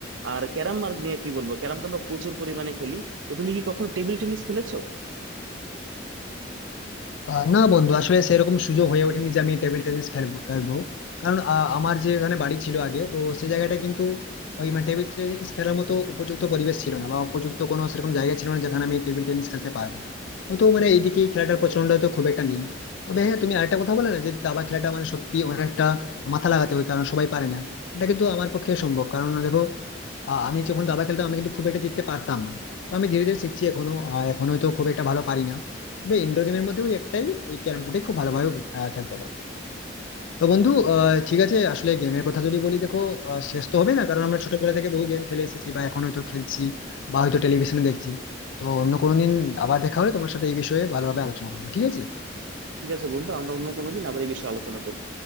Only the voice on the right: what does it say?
আর ক্যারাম আর নিয়ে কি বলবো ক্যারাম তো আমরা প্রচুর পরিমাণে খেলি তো তুমি কি কখনো টেবিল টেনিস খেলেছো
ঠিক আছে বন্ধু আমরা অন্য কোনো দিন আবার এই বিষয়ে আলোচনা করবো